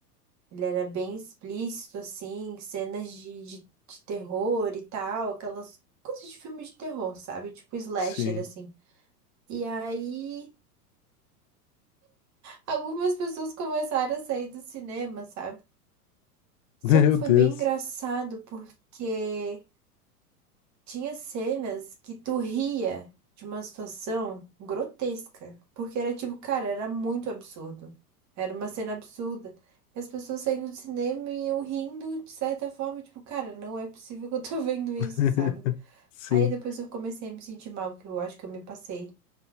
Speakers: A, on the right (about 35°); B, on the left (about 55°).
A: Ele era bem explícito, assim, cenas de, de, de terror e tal, aquelas coisas de filme de terror, sabe? Tipo slasher,
B: Sim.
A: assim. E aí, algumas pessoas começaram a sair do cinema, sabe? Só
B: Meu
A: que foi
B: Deus.
A: bem engraçado porque. Tinha cenas que tu ria de uma situação grotesca, porque era tipo, cara, era muito absurdo. Era uma cena absurda. E as pessoas saindo do cinema e eu rindo de certa forma, tipo, cara, não é possível que eu tô <laughs> vendo isso,
B: <laughs>
A: sabe?
B: Sim.
A: Aí depois eu comecei a me sentir mal, que eu acho que eu me passei.